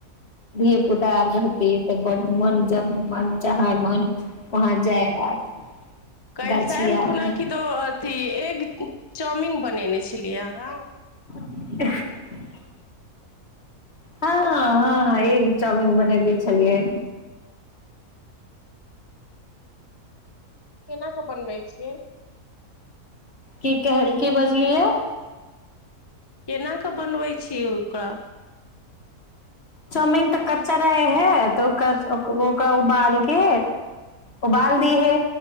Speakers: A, on the left (about 45°); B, on the left (about 20°).
A: धियपुता आर रहतै तऽ बड् मन जब मन जहाँ मन वहाँ जाय आर
B: कैलसामे
A: गाछी आर
B: खुना
A: मे
B: क दो अथी एक चाउमिन बनेने छलियै अहाँ
A: <unintelligible> हँ हँ एग चाउमीन बनले छलियै
B: केना कऽ बनबै छियै
A: की कहल की बजलीयै
B: केना कऽ बनबै छी ओकरा
A: चौमिन तऽ कच्चा रहे हय तऽ ओ ओकरा उबालके उबाल दी हे